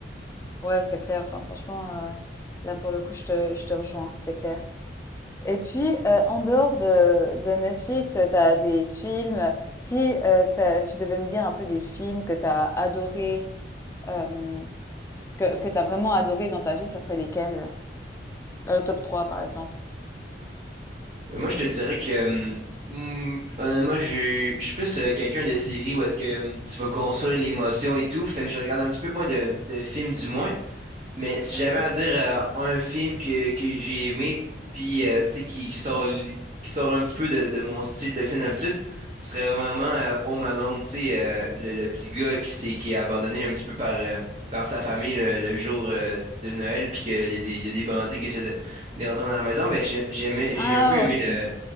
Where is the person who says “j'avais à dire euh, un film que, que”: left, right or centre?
Right